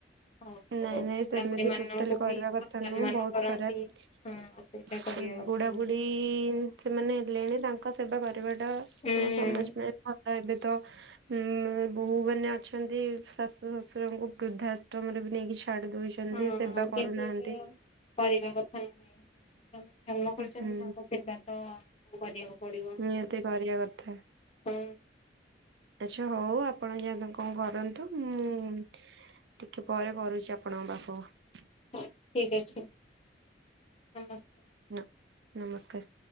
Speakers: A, on the left; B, on the right.
A: ଆଉ
B: ନାଇଁ ନାଇଁ
A: ବୁଢା
B: ସେମିତି
A: ବୁଢୀ ମାନଙ୍କୁ
B: ଟୋଟାଲି କରିବା
A: ବି
B: କଥା
A: ଅସମ୍ମାନ
B: ନୁହଁ ବହୁତ
A: କରନ୍ତି।
B: ଖରାପ।
A: ହଁ ସେଇଟା
B: ସେ
A: କରିବା କଥା
B: ବୁଢା
A: ନୁହେଁ
B: ବୁଢୀ ସେମାନେ ହେଲେଣି ତାଙ୍କ ସେବା କରି
A: ହୁଁ
B: ଆମ ସମାଜ ପାଇଁ ଏବେ ତ ଉଁ ବୋଉ ମାନେ ଅଛନ୍ତି ଶାଶୁ ଶଶୁରଙ୍କୁ ବୃଦ୍ଧାଆଶ୍ରମରେ ବି ନେଇକି ଛାଡି ଦଉଛନ୍ତି
A: ହଁ
B: ସେବା କରୁନାହାନ୍ତି
A: କିନ୍ତୁ ଏଠି କରିବା କଥା ଜନ୍ମ କରିଛନ୍ତି
B: ହୁଁ
A: ତାଙ୍କ ସେବା ତ କରିବାକୁ ପଡିବ।
B: ନିହାତି କରିବା କଥା।
A: ହୁଁ
B: ଆଚ୍ଛା ହଉ ଆପଣ ଯାନ୍ତୁ କଣ କରନ୍ତୁ ମୁଁ ଟିକେ ପରେ କରୁଚି ଆପଣଙ୍କ ପାଖକୁ
A: ଠିକ୍ ଅଛି ନମସ୍କାର।
B: ନା ନମସ୍କାର୍।